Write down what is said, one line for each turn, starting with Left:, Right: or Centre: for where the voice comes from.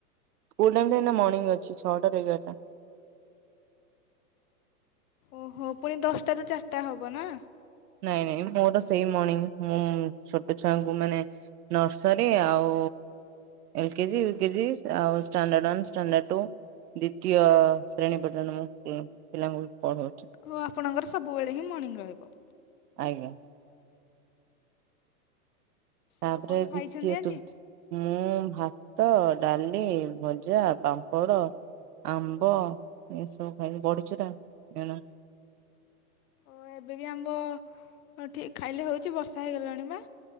Right: ସ୍କୁଲ ଟାଇମଟା ଏନା ମର୍ଣ୍ଣିଂ ଅଛି, ଛଅଟାରୁ ଏଗାରଟା।
Left: ଅହୋ ପୁଣି ଦଶଟାରୁ ଚାରିଟା ହବ ନା?
Right: ନାଇଁ ନାଇଁ ମୋର ସେଇ ମର୍ଣ୍ଣିଂ ମୁଁ ଛୋଟ ଛୁଆଙ୍କୁ ମାନେ ନର୍ସରୀ ଆଉ ଏଲ କେଜି, ୟୁ କେଜି ଆଉ ଷ୍ଟାଣ୍ଡାର୍ଡ ୱାନ, ଷ୍ଟାଣ୍ଡାର୍ଡ ଟୁ। ଦିତୀୟ ଶ୍ରେଣୀ ପର୍ଯ୍ୟନ୍ତ ମୁଁ ପିଲାଙ୍କୁ ପଢଉଛି।
Left: କୁହ ଆପଣଙ୍କର ସବୁବେଳେ ହିଁ ମର୍ଣ୍ଣିଂ ରହିବ।
Right: ଆଜ୍ଞା। ତାପରେ
Left: ଆଉ କଣ ଖାଇଛନ୍ତି
Right: ଦିତୀୟ
Left: ଆଜି?
Right: ତୃତୀୟ ମୁଁ ଭାତ, ଡାଲି, ଭଜା, ପାମ୍ପଡ଼ ଆମ୍ବ ଏସବୁ ଖାଇଲି ବଡ଼ିଚୁରା ଏଣୁ
Left: ଅ ଏବେ ବି ଆମ୍ବ ଠିକ ଖାଇଲେ ହେଉଛି ବର୍ଷା ହେଇଗଲାଣି ବା।